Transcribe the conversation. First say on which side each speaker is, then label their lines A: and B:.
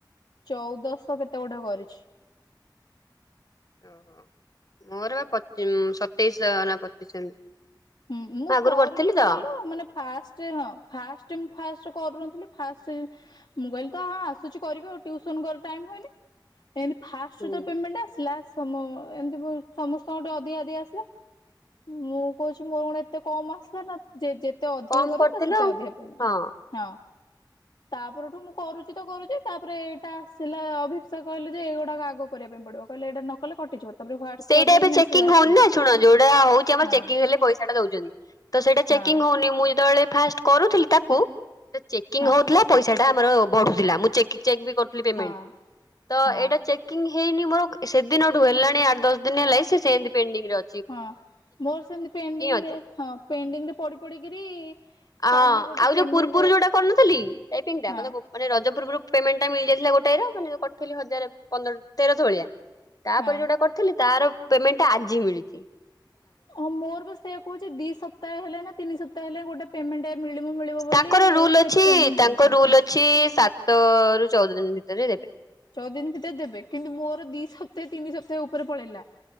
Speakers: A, on the left; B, on the left.
A: ଚଉଦଶ କେତେ ଗୋଟେ କରିଛି?
B: ଓହୋ ମୋର ବା ପଚି ସତେଇଶ ନା ପଚିଶଶ ଏମିତି।
A: ହୁଁ ମୁଁ
B: ଆଗରୁ
A: କରୁନି
B: କରିଥିଲି
A: କଣ
B: ତ।
A: କହିଲ ମାନେ ଫାଷ୍ଟ ଟାଇମ୍ ହଁ ଫାଷ୍ଟ ଟାଇମ୍ ମୁଁ ଫାଷ୍ଟରୁ କରୁନଥିଲି ଫାଷ୍ଟ ସେଇ ମୁଁ କହିଲି ତ ହଁ ଆସୁଛି କରିବି ଆଉ ଟିଉସନ କରେ ଟାଇମ ହୁଏନି। ଏମତି ଫାଷ୍ଟରୁ
B: ହୁଁ
A: ଯୋଉ ପେମେଣ୍ଟ ଟା ଆସିଲା ତମ ଏମିତି ପ ସମସ୍ତଙ୍କ ଟିକେ ଅଧିକା ଅଧିକା ଆସିଲା ମୁଁ କହୁଛି ମୋର କଣ ଏତେ କମ୍ ଆସିଲା ନା ଯେ ଯେତେ ଅଧିକା
B: କମ
A: କରିବ
B: କରିଥିଲି
A: ତାର ସେତେ
B: ଆଉ
A: ଅଧିକା ପେମେଣ୍ଟ
B: ହଁ
A: ହଁ। ତାପରଠୁଁ ମୁଁ କରୁଛି ତ କରୁଛି। ତାପରେ ଏଇଟା ଆସିଲା ଅଭିିପ୍ସା କହିଲା ଯେ ଏଇଗୁଡାକ ଆଗ କରିବା ପାଇଁ ପଡିବ କହିଲା ଏଇଟା ନ କଲେ କଟିଯିବ ତାପରେ ହ୍ୱାଟ୍ସଆପ
B: ସେଇଟା
A: ରେ
B: ଏବେ
A: ବି ମେସେଜ
B: ଚେକିଂ
A: ଆସିଲା
B: ହଉନି ନା ଶୁଣ ଯୋଉଟା ହଉଛି ଆମର
A: ହଁ
B: ଚେକିଂ ହେଲେ ପଇସାଟା ଦଉଚନ୍ତି ତ ସେଇଟା
A: ହଁ
B: ଚେକିଂ ହଉନି ମୁଁ ଯେତବେଳେ ଫାଷ୍ଟ କରୁଥିଲି ତାକୁ ସେ ଚେକିଂ
A: ହଁ
B: ହଉଥିଲା ପଇସାଟା ଆମର ବଢୁଥିଲା ମୁଁ ଚେକି ଚେକ୍ ବିକର ଫ୍ଲି ପେମେଣ୍ଟ
A: ହଁ
B: ତ
A: ହଁ
B: ଏଇଟା ଚେକିଂ ହେଇନି ମୋର ସେଦିନଠୁ ହେଲାଣି ଆଠ ଦଶ ଦିନ ହେଲାଇଁ ସେ ସେମତି ପେଣ୍ଡିଙ୍ଗ୍ ରେ ଅ
A: ହଁ ମୋର ସେମି ପେଣ୍ଡିଂରେ
B: ଅଛି।
A: ହଁ ପେଣ୍ଡିଂରେ ପଡି ପଡିକିରି
B: ଆଁ
A: କାଲି ଗୋଟେ
B: ଆଉ
A: ପେମେଣ୍ଟ
B: ଯୋଉ ପୂର୍ବୁରୁ ଯୋଉଟା କରୁନଥିଲି ଟାଇପିଙ୍ଗ୍ ଟା
A: ହଁ
B: ମାନେ କୋ ମାନେ ରଜପୁର୍ବରୁ ପେମେଣ୍ଟ ଟା ମିଳିଯାଇଥିଲା ଗୋଟାଏ ର ମାନେ ଯୋଉ କରିଥିଲି ହଜାର ପନ୍ଦର ତେରଶ ଭଳିଆ। ତାପରେ
A: ହଁ
B: ଯୋଉଟା କରିଥିଲି ତାର ପେମେଣ୍ଟଟା ଆଜି ମିଳିଚି।
A: ହଁ ମୋର ବା ସେୟା କହୁଚି ଦି ସପ୍ତାହେ ହେଲା ନା ତିନି ସପ୍ତାହେ ହେଲାଇଁ ଗୋଟେ ପେମେଣ୍ଟଟେ ମିଳିବ ମିଳିବ ବୋଲି
B: ତାଙ୍କର ରୁଲ
A: ସେ
B: ଅଛି
A: ପେଣ୍ଡିଙ୍ଗ ପଡିଛି
B: ତାଙ୍କ ରୁଲ ଅଛି ସାତ ରୁ ଚଉଦ ଦିନ ଭିତରେ ଦେବେ।
A: ଚଉଦ ଦିନ ଭିତରେ ଦେବେ କିନ୍ତୁ ମୋର ଦି ସପ୍ତାହେ ତିନି ସପ୍ତାହେ ଉପରେ ପଳେଇଲା।